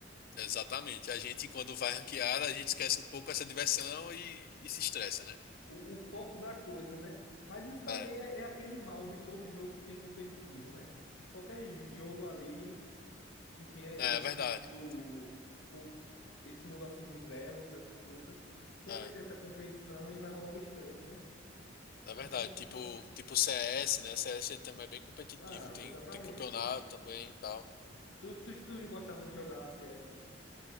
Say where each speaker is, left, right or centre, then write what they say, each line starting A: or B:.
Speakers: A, on the left (about 50°); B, on the left (about 85°).
A: exatamente. A gente, quando vai ranquear, a gente esquece um pouco essa diversão e, e se estressa, né?
B: O, o foco da coisa, né? Mas isso também
A: É,
B: é, é aquele mal de todo jogo que tem competitivo, né? Qualquer j- jogo ali que tenha
A: é
B: esse
A: verdade.
B: mundo, com- esse mundo assim dos elos, dessas coisas, sempre
A: É.
B: vai ter essa competição e vai rolar o estresse, né?
A: Na
B: Mas
A: verdade,
B: quando
A: tipo,
B: tava.
A: tipo CS, né? CS é também bem competitivo,
B: Ah,
A: tem,
B: exatamente.
A: tem campeonato também e tal.
B: Tu, tu, tu gostava de jogar CS?